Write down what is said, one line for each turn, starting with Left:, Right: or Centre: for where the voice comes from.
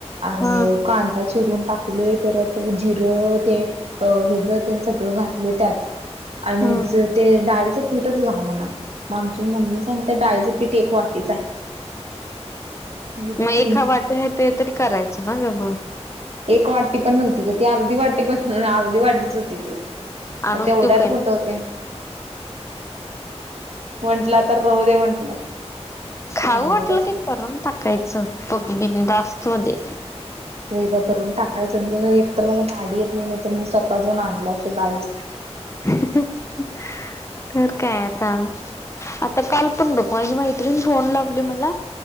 Right: आणि
Left: हा
Right: कांदा चिरून टाकलोय परत त जिरं ते अ हे जर सगळं घातले त्यात आणि
Left: हा
Right: ज ते डाळीचं पीठच घावणा मग आमची मम्मी सांगते डाळीचं पीठ एक वाटीच आहे. मी
Left: मग एका
Right: तीन
Left: वाटी आहे ते तरी करायचं ना ग म
Right: एक वाटी पण नव्हती ग ती अर्धी वाटी पण अर्धी वाटीच होती ती.
Left: आणून
Right: मग तेवढ्यात
Left: देऊ काय
Right: कुठं होतंय? म्हंटला आता राहू दे म्हंटलं.
Left: खाऊ
Right: ठेवलं
Left: वाटलं
Right: तस
Left: की करून टाकायचं पग बिनधास्त मध्ये.
Right: वेगळ करून टाकायचं अं एक तर मला गाडी येत नाही नाही तर मी स्वतः जाऊन आणलो असतो डाळीचं पीठ.
Left: <inaudible> तर काय आता आता काल पण बघ माझी मैत्रीण फोन लावली मला